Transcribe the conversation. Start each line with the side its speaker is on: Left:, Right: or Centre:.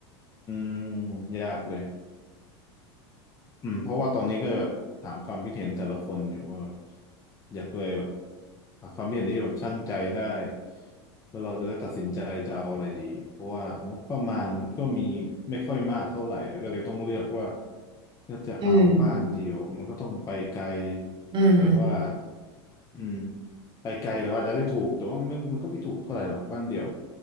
Left: มยากเลย อืมเพราะว่าตอนนี้ก็แบบถามความคิดเห็นแต่ละคนอยู่ว่าแบบอยากเลยแบบหาความคิดเห็นที่แบบชั่งใจได้ว่าเราจะได้ตัดสินใจจะเอาอะไรดีเพราะว่างบประมาณมันก็มีไม่ค่อยมากเท่าไหร่ก็เลยต้องเลือกว่าถ้าจะเอาบ้านเดียวมันก็ต้องไปไกล
Right: อืมอืม
Left: แต่ว่าอืมไปไกลแต่ว่าจจะได้ถูกแต่ว่ามันมันก็ไม่ถูกเท่าไหร่หรอกบ้านเดียว